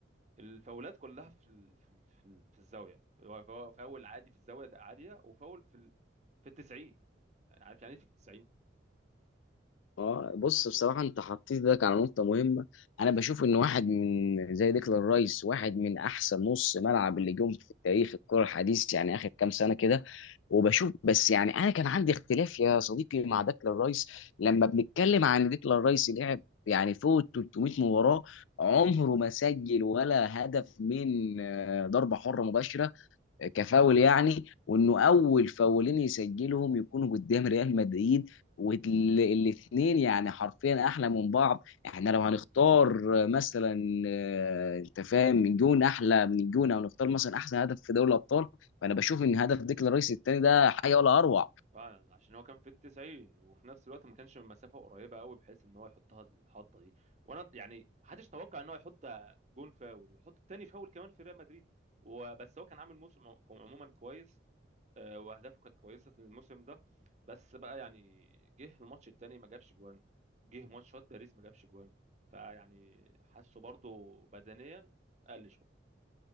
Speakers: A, on the right; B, on the left.
A: الفاولات كلها في ال... في ال... في ال- في الزاويه هو فا- فاول عادي في الزاويه عاديه وفاول في ال... في التسعين عارف يعني ايه في التسعين
B: اه بص بصراحه انت حطيت ايدك على نقطه مهمه انا بشوف ان واحد من زي ديكلان رايس واحد من احسن نص ملعب اللي جم في تاريخ الكره الحديث يعني اخر كام سنه كده وبشوف بس يعني انا كان عندي اختلاف يا صديقي مع ديكلان رايس لما بنتكلم عن ديكلان رايس لعب يعني فوق ال 300 مباراه عمره ما سجل ولا هدف من آه، ضربه حره مباشره كفاول يعني وانه اول فاولين يسجلهم يكونوا قدام ريال مدريد والاثنين يعني حرفيا احلى من بعض احنا لو هنختار مثلا آه، انت فاهم من جون احلى من جون او نختار مثلا احسن هدف في دوري الابطال فانا بشوف ان هدف ديكلان رايس الثاني ده حاجه ولا اروع
A: فعلا عشان هو كان في التسعين وفي نفس الوقت ما كانش من مسافه قريبه قوي بحيث ان هو يحطها الحطه دي وانا يعني ما حدش توقع ان هو يحط جون فاول ويحط التاني فاول كمان في ريال مدريد وبس هو كان عامل موسم عموما كويس آه، واهدافه كانت كويسه الموسم ده بس بقى يعني جه الماتش التاني ما جابش جوان جه ماتشات باريس ما جابش جوان فيعني حاسه برضو بدنيا قل شويه